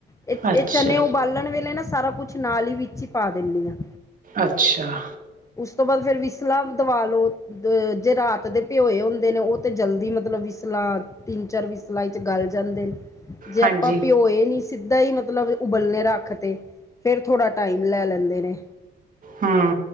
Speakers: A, on the left; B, on the right.
A: ਏ,
B: ਅੱਛਾ
A: ਏ ਚਨੇ ਉਬਾਲਨ ਵੇਲੇ ਨਾ ਸਾਰਾ ਕੁਛ ਨਾਲ ਈ ਵਿੱਚ ਈ ਪਾ ਦੇਨੀ ਆਂ।
B: ਅੱਛਾ।
A: ਉਸ ਤੋ‌‌ ਬਾਦ ਫੇਰ ਵਿਸਲਵ ਦਵਾ ਲੋ। ਅ ਜੇ ਰਾਤ ਦੇ ਭਓਏ ਹੁੰਦੇ ਨੇ ਓ, ਤੇ ਜਲਦੀ ਮਤਲਬ ਵਿਸਲਾ ਤਿੰਨ- ਚਾਰ ਵੀ ਸਲਾਈ ਚ' ਗਲ ਜਾਂਦੇ, ਜੇ
B: ਹਾਂਜੀ
A: ਆਪਾਂ ਭਓਏ ਨੀ। ਸਿੱਧਾ ਈ ਮਤਲਬ ਉਬਲਨੇ ਰੱਖ ਤੇ। ਫੇਰ ਥੋੜਾ ਟਾਈਮ ਲੈ ਲੈਂਦੇ ਨੇ।
B: ਹਾਂ।